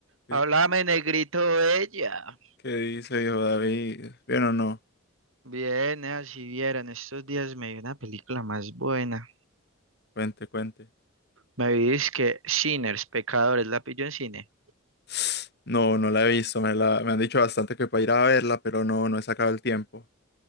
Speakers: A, on the left (about 50°); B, on the right (about 75°).
A: ¿Qué,
B: Háblame, negrito bella.
A: qué dice viejo David? ¿Bien o no?
B: Bien, eh, si vieran, estos días me vi una película más buena.
A: Cuente, cuente.
B: Me vi que Sinners, Pecadores, la pillo en cine.
A: <sniffs> No, no la he visto, me, la, me han dicho bastante que para ir a verla, pero no, no he sacado el tiempo.